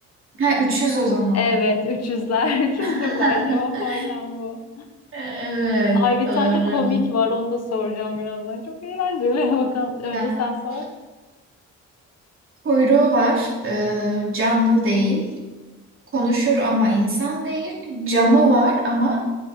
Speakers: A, on the right; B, on the left.
A: ha üçüz o zaman.
B: Evet, 300'ler. 300'dürler
A: <laughs>
B: <laughs> cevap aynen bu.
A: Evet
B: Ay bir
A: doğru.
B: tane de komik var onu da soracağım birazdan. Çok eğlenceli. <laughs> Bakalım önce
A: Tamam.
B: sen sor.
A: Kuyruğu var, ee, canlı değil. Konuşur ama insan değil. Camı var ama